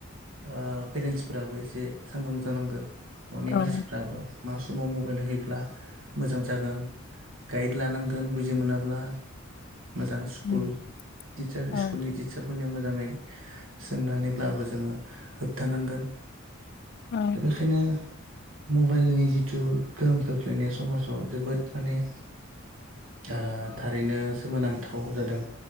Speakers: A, on the right; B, on the left.
A: अ पेरेन्टसफोराबो एसे सांग्रां जानांगोन न'नि
B: औ
A: मानसिफ्राबो मा समाव मबाइल होयोब्ला मोजां जागोन गाइड लानांगोन बुजि मोनाब्ला मोजां स्कुल
B: उम
A: तिसार
B: औ
A: स्कुल नि तिसारफोरनि मोजाङै सोंनानैब्लाबो जोङो होबथानांगोन
B: औ
A: दा बेखायनो मबाइलनि जिथु गोहोम खोख्लैनाया समाजाव जोबोद माने आ थारैनो सोमोनांथाव जादों